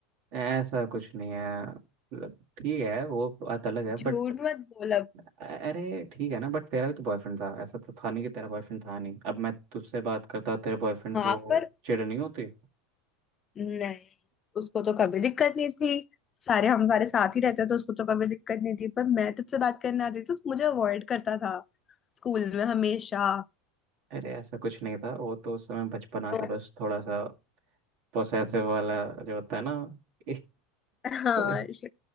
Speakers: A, on the right; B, on the left.
A: ऐसा कुछ नहीं है मतलब ठीक है वो बात अलग है बट
B: झूठ मत बोल अब
A: अरे ठीक है ना बट तेरा भी तो बॉयफ्रेंड था ऐसा तो था नहीं कि तेरा बॉयफ्रेंड था नहीं अब मैं तुझसे बात करता तेरे बॉयफ्रेंड
B: हाँ
A: को
B: पर
A: चिढ़ नहीं होती
B: नहीं उसको तो कभी दिक्कत नहीं थी सारे हम सारे साथ ही रहते तो उसको तो कभी दिक्कत नहीं थी पर मैं तुझसे बात करने आती थी तो मुझे अवॉइड करता था स्कूल में हमेशा
A: अरे ऐसा कुछ नहीं था वो तो उस समय बचपना
B: तो
A: था बस थोड़ा सा पोसेसिव वाला जो होता है ना <laughs>
B: हाँ
A: पर
B: श-